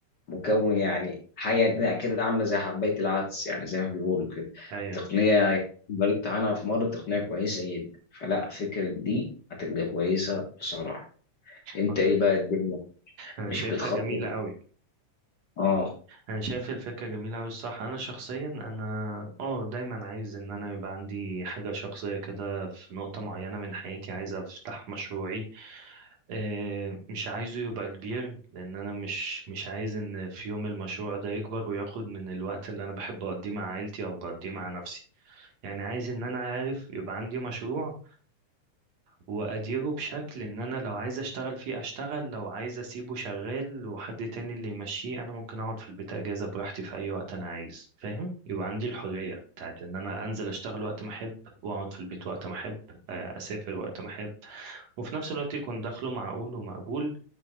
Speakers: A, on the left; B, on the right.
A: مكون يعني حاجة كده عاملة زي حباية العدس يعني زي ما بيقولوا كده
B: ايوه
A: تقنية يعني قريت عنها في مرة تقنية كويسة جدا فلا فكرة دي هتبقى كويسة بصراحة انت
B: والله
A: ايه بقى الدنيا
B: انا
A: مش
B: شايفها
A: بتخطط
B: جميلة قوي
A: اه
B: انا شايف الفكره جميله قوي الصح انا شخصيا انا اه دايما عايز ان انا يبقى عندي حاجه شخصيه كده في نقطه معينه من حياتي عايز افتح مشروعي آه، مش عايزه يبقى كبير لان انا مش مش عايز ان في يوم المشروع ده يكبر وياخد من الوقت اللي انا بحب اقضيه مع عيلتي او بقضيه مع نفسي يعني عايز ان انا عارف يبقى عندي مشروع واديره بشكل ان انا لو عايز اشتغل فيه اشتغل لو عايز اسيبه شغال وحد تاني اللي يمشيه انا ممكن اقعد في البيت اجازة براحتي في اي وقت انا عايز فاهم يبقى عندي الحرية بتاعت ان انا انزل اشتغل وقت ما احب واقعد في البيت وقت ما احب آه، اسافر وقت ما احب وفي نفس الوقت يكون دخله معقول ومقبول